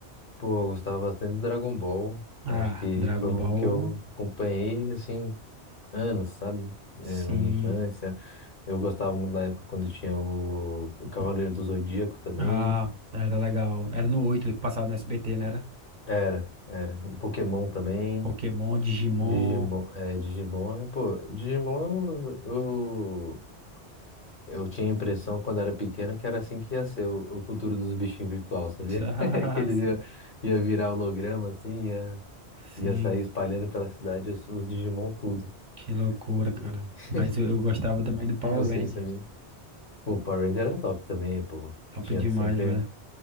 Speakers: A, on the left; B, on the right.
A: Pô, eu gostava bastante do Dragon Ball.
B: Ah,
A: Acho que
B: Dragon
A: foi um
B: Ball,
A: que eu acompanhei, assim, anos, sabe? É,
B: sim.
A: na minha infância. Eu gostava muito da época quando tinha o, o
B: Uhum.
A: Cavaleiro do Zodíaco também.
B: Ah, era legal. Era no 8 que passava no SBT, né? Era
A: Era, era. Pokémon também.
B: Pokémon, Digimon.
A: Digimon, é, Digimon, é- pô, Digimon eu, eu, eu tinha a impressão quando era pequena que era assim que ia ser o, o futuro dos bichinhos virtual, sabia?
B: <laughs> Ah,
A: <laughs> Que eles
B: sim.
A: ia, ia virar holograma assim, ia, ia
B: Sim,
A: sair espalhando pela cidade os, os Digimon tudo.
B: que loucura,
A: E-
B: cara. Mas eu, eu gostava também do Power
A: Inocência
B: Ranger.
A: minha. Pô, Power Ranger era top também, pô.
B: Top
A: Tinha
B: demais,
A: sempre,
B: né?